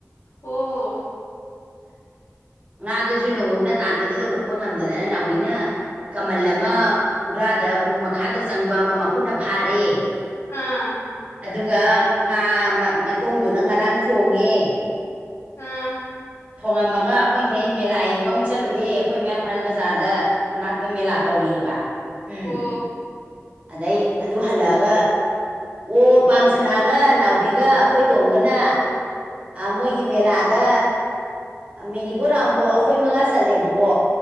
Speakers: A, on the left; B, on the right.
A: ꯑꯣ
B: ꯉꯥꯗꯨꯁꯨ ꯂꯨꯍꯣꯝꯅ ꯇꯥꯟꯕꯗꯨꯗ ꯎꯞꯄ ꯉꯝꯗꯗꯅ ꯅꯥꯎꯕꯤꯅ ꯀꯃꯜ ꯑꯃ ꯎꯔꯥꯗ ꯎ ꯃꯈꯥꯗ ꯆꯪꯕ ꯑꯃ ꯃꯈꯨꯠꯅ ꯐꯥꯔꯦ
A: ꯑꯥ
B: ꯑꯗꯨꯒ ꯉꯥ ꯃꯇꯣꯡꯗꯨꯅ ꯉꯔꯥꯡ ꯊꯣꯡꯉꯦ
A: ꯎꯝ
B: ꯊꯣꯉꯝꯃꯒ ꯑꯩꯈꯣꯏꯈꯩ ꯃꯦꯂꯥ ꯌꯦꯡꯕ ꯑꯃꯨꯛ ꯆꯠꯂꯨꯔꯦ ꯑꯩꯈꯣꯏ ꯃꯌꯥꯡꯐꯥꯟ ꯕꯖꯥꯔꯗ ꯃꯅꯥꯛ ꯍꯦꯛꯇ ꯃꯦꯂꯥ ꯇꯧꯔꯤꯑꯔꯤꯕ ꯎꯝ
A: ꯑꯣ
B: ꯑꯗꯩ ꯑꯗꯨ ꯍꯜꯂꯛꯑꯒ ꯑꯣ ꯄꯥꯝꯁꯅꯥꯒ ꯅꯥꯎꯕꯤꯒ ꯑꯩꯈꯣꯏ ꯇꯣꯝꯒꯅ ꯃꯣꯏꯒꯤ ꯃꯦꯂꯥꯗ ꯃꯦꯔꯤꯒꯣ ꯔꯥꯎꯟꯗꯣ ꯑꯩꯈꯣꯏ ꯃꯉꯥ ꯆꯠꯂꯦꯕꯀꯣ